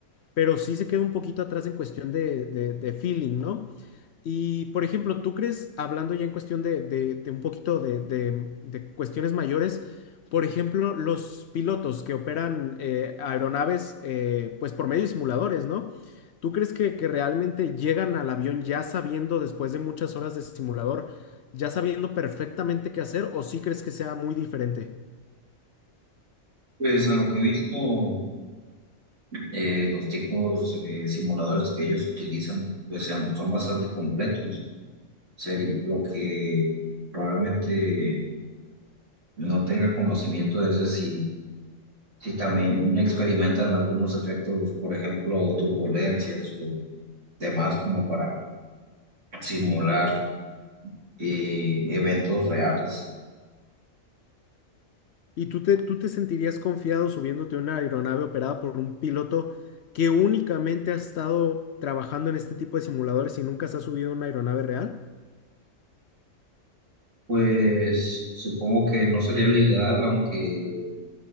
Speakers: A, on the left; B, on the right.
A: Pero sí se queda un poquito atrás en cuestión de, de- de feeling, ¿no? Y, por ejemplo, ¿tú crees, hablando ya en cuestión de, de- de un poquito de, de- de cuestiones mayores, por ejemplo, los pilotos que operan eh, aeronaves, eh, pues por medio de simuladores, ¿no? ¿Tú crees que, que realmente llegan al avión ya sabiendo, después de muchas horas de simulador, ya sabiendo perfectamente qué hacer, o sí crees que sea muy diferente?
B: Pues a lo que he visto, eh, los tipos de simuladores que ellos utilizan, pues sean- son bastante completos. Seri, lo que probablemente no tenga conocimiento es de si, si también experimentan algunos efectos, por ejemplo, turbulencias o demás, como para simular eh, eventos reales.
A: ¿Y tú te, tú te sentirías confiado subiéndote a una aeronave operada por un piloto que únicamente ha estado trabajando en este tipo de simuladores y nunca se ha subido a una aeronave real?
B: Pues supongo que no sería lo ideal, aunque